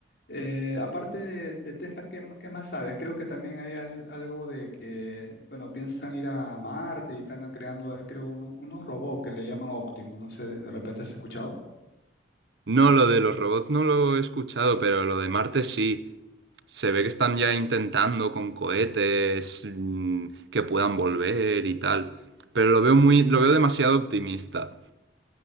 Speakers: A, on the left; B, on the right.
A: eh, aparte de, de Tesla, ¿qué, m- qué más sabes? Creo que también hay al- algo de que, bueno, piensan ir a Marte y están creando, eh, creo, uno- unos robots que le llaman Optimus, no sé, ¿de repente has escuchado?
B: No, lo de los robots no lo he escuchado, pero lo de Marte sí. Se ve que están ya intentando con cohetes mm, que puedan volver y tal. Pero lo veo muy, lo veo demasiado optimista.